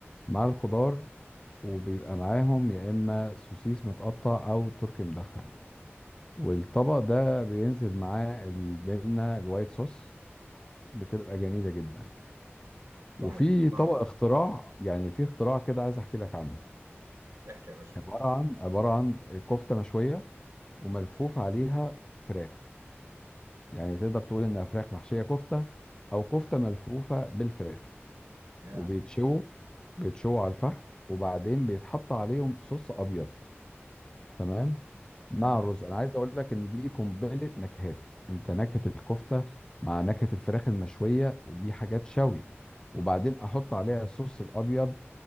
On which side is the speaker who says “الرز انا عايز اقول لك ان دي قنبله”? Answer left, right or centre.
Left